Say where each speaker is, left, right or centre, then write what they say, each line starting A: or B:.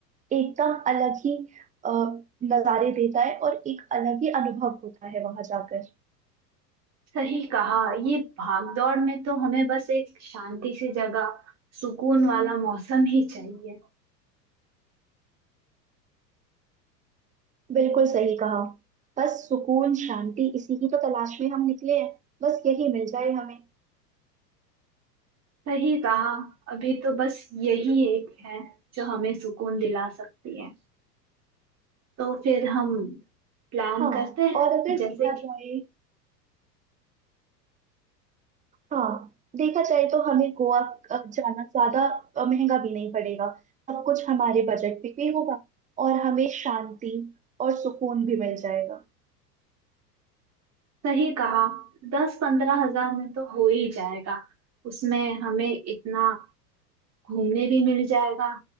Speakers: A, on the right; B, on the right.
A: एकदम अलग ही अ, नज़ारे देता है और एक अलग ही अनुभव होता है वहां जाकर
B: सही कहा ये भागदौड़ में तो हमें बस एक शांति सी जगह सुकून वाला मौसम ही चाहिए
A: बिल्कुल सही कहा बस सुकून शांति इसी की तो तलाश में हम निकले हैं बस यही मिल जाए हमें
B: सही कहा अभी तो बस यही एक है जो हमें सुकून दिला सकती है तो फिर हम प्लान
A: हाँ
B: करते हैं
A: और अगर
B: जैसे
A: देखा
B: कि
A: जाए हाँ देखा जाए तो हमें गोवा अ, जाना ज्यादा अ, महंगा भी नहीं पड़ेगा सब कुछ हमारे बजट में भी होगा और हमें शांति और सुकून भी मिल जाएगा
B: सही कहा दस पंद्रह हजार में तो हो ही जाएगा उसमें हमें इतना घूमने भी मिल जाएगा